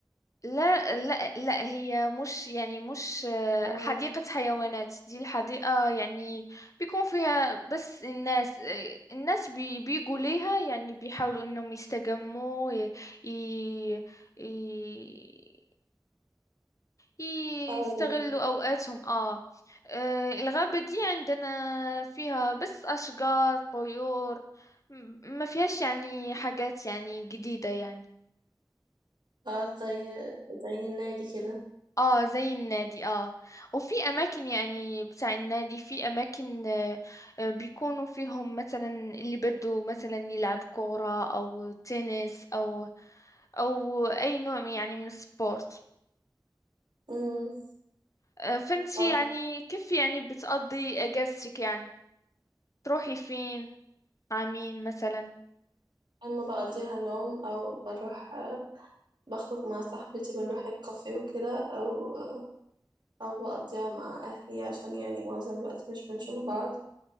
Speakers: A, on the left; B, on the right.
A: لا لا لا هي مش يعني مش آه،
B: اه
A: حديقة حيوانات دي الحديقة يعني بيكون فيها بس الناس آه، الناس بي بيجوا ليها يعني بيحاولوا انهم يستجموا ي ي ي- يستغلوا
B: اه زي
A: اوقاتهم اه آه، الغابة دي عندنا فيها بس اشجار طيور م- ما فيهاش يعني حاجات يعني جديدة يعني
B: اه زي زي النادي كده
A: اه زي النادي اه وفي اماكن يعني بتاع النادي في اماكن آه، آه، بيكونوا فيهم مثلا اللي بده مثلا يلعب كورة او تنس او او اي نوع من- يعني من السبورت
B: مم.
A: آه، فانتي
B: اه
A: يعني كيف يعني بتقضي اجازتك يعني تروحي فين مع مين مثلا
B: اما بقضيها نوم او بروح آه، بخرج مع صاحبتي بنروح الكافيه وكده او آه، او بقضيها مع اهلي عشان يعني معظم الوقت مش بنشوف بعض